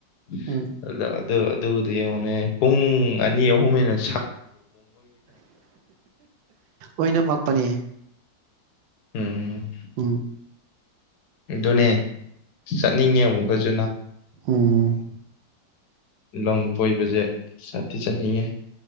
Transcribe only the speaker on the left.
<unintelligible>
ꯑꯗ ꯗ ꯑꯗꯨꯒꯗꯣ ꯌꯦꯡꯉꯨꯅꯦ ꯄꯨꯡ ꯑꯅꯤ ꯑꯍꯨꯝ ꯍꯦꯟꯅꯥ
ꯎꯝ
ꯑꯗꯨꯅꯦ ꯆꯠꯅꯤꯡꯉꯦ ꯑꯃꯨꯛ <unintelligible>
ꯂꯝ ꯀꯣꯏꯕꯁꯦ ꯆꯠꯇꯤ ꯆꯠꯅꯤꯡꯉꯦ